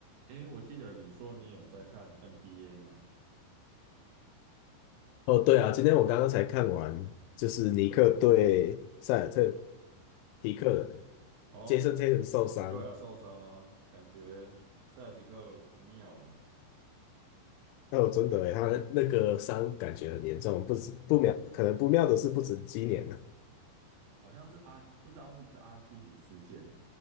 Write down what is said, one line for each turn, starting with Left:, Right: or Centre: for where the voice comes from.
Right: 诶，我记得你说你有在看 NBA 嘛？
Left: 哦，对啊，今天我刚刚才看完，就是尼克对塞尔特提克人，
Right: 哦，
Left: 杰森泰伦受伤，
Right: 对啊，受伤啊，感觉塞尔提克不妙了，
Left: 哦，真的欸，他那个伤感觉很严重，不止不妙，可能不妙的是不止今年了，
Right: 好像是阿，不知道是不是阿基里事件呢、